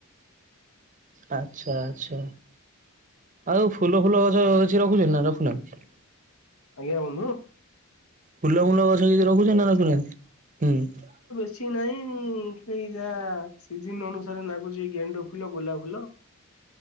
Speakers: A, on the right; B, on the left.
A: ଆଚ୍ଛା, ଆଚ୍ଛା। ଆଉ ଫୁଲ ଫୁଲ ଗଛ କିଛି ରଖୁଛନ୍ତି ନା ରଖୁନାହାଁନ୍ତି?
B: ଆଜ୍ଞା, ବନ୍ଧୁ
A: ଫୁଲ ମୁଲ ଗଛ କିଛି ରଖୁଛନ୍ତି ନା ରଖୁନାହାଁନ୍ତି? ହୁଁ।
B: କିଛି ନାଇଁ, ଖାଲି ଯାହା ସିିଜିନ୍ ଅନୁସାରେ ନାଗୁଛି ଗେଣ୍ଡୁ ଫୁଲ, ଗୋଲାପ ଫୁଲ।